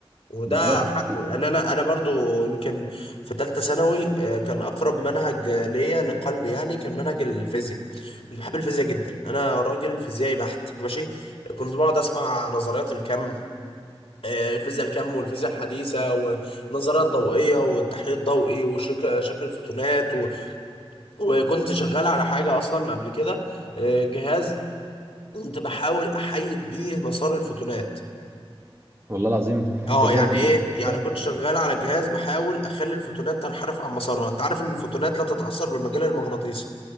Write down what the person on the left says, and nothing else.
وده
حقه
يعني انا انا برضو يمكن في ثالثه ثانوي آه، كان اقرب منهج آه، ليا لقلبي يعني كان منهج الفيزياء كنت بحب الفيزياء جدا انا راجل فيزيائي بحت ماشي كنت بقعد اسمع نظريات الكم آه، فيزياء الكم والفيزياء الحديثة ونظريات ضوئية والتحليل الضوئي وشكل شكل الفوتونات و... وكنت شغال على حاجة أصلا قبل كده آه، جهاز كنت بحاول احيد بيه مسار الفوتونات
اه
يعني ايه
يعني كنت شغال على جهاز بحاول اخلي الفوتونات تنحرف عن مسارها انت عارف ان الفوتونات لا تتاثر بالمجال المغناطيسي